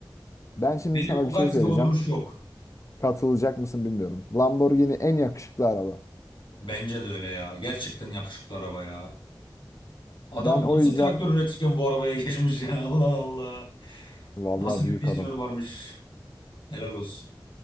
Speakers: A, on the left; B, on the left.
A: Ben şimdi
B: Bence
A: sana
B: Bugatti'de
A: bir şey söyleyeceğim.
B: o duruş yok.
A: Katılacak mısın bilmiyorum. Lamborghini en yakışıklı araba.
B: Bence de öyle ya. Gerçekten yakışıklı araba ya. Adam
A: Ben o
B: nasıl
A: yüzden
B: traktör üretirken bu arabaya <laughs> geçmiş ya. Allah Allah.
A: vallahi
B: Nasıl bir
A: büyük
B: vizyonu
A: adam.
B: varmış. Helal olsun.